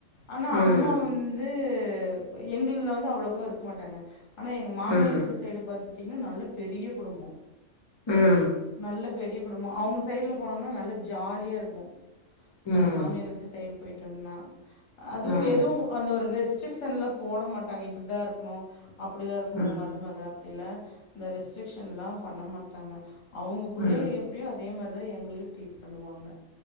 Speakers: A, on the left (about 85°); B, on the left (about 35°).
A: ஆனா
B: ம்
A: அம்மா வந்து எங்கள்துல வந்து அவ்ளோக்கா இருக்க மாட்டாங்க ஆனா எங்க மாமியார்
B: ம்
A: விட்டு சைடு பாத்துட்டீங்கன்னா நல்ல பெரிய குடும்போ
B: ம்
A: நல்ல பெரிய குடும்போ அவுங்க சைட்ல போனோம்னா நல்ல ஜாலியா இருக்கு
B: ம்
A: எங்க மாமியார் வீட்டு சைடு போயிட்டோம்னா அதுவு
B: ம்
A: எதுவு அந்த ஒரு ரெஸ்ட்ரிக்ஷன்ல போட மாட்டாங்க இப்புடி தா இருக்கணு அப்படிதா இருக்கணு
B: ம்
A: மருமக அப்படிலா இந்த ரெஸ்ட்ரிக்ஷன்ல்லா பண்ண மாட்டாங்க அவுங்க புள்ளய
B: ம்
A: எப்டியோ தா அதே மார்தா எங்களயு ட்ரீட் பண்ணுவாங்க